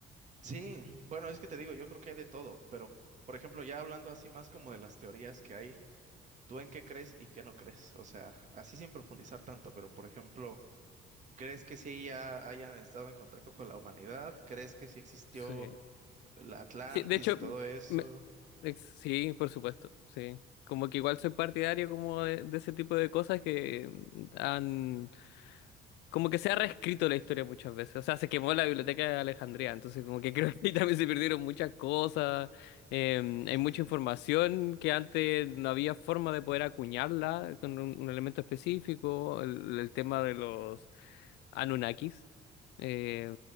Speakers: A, on the right; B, on the left.
A: Sí, bueno, es que te digo, yo creo que hay de todo, pero por ejemplo, ya hablando así más como de las teorías que hay, ¿tú en qué crees y en qué no crees? O sea, así sin profundizar tanto, pero por ejemplo, ¿Crees que sí ya hayan estado en contacto con la humanidad? ¿Crees que sí existió
B: Sí.
A: la Atlantis
B: Sí, de hecho,
A: y todo eso?
B: me- ex- sí, por supuesto, sí. Como que igual soy partidario como de, de ese tipo de cosas que han... Como que se ha reescrito la historia muchas veces. O sea, se quemó la biblioteca de Alejandría, entonces como que <laughs> creo que ahí también se perdieron muchas cosas. eh,
A: Ujú,
B: hay mucha información que antes no había forma de poder acuñarla con un, un elemento específico. El, el tema de los... Anunnakis, eh,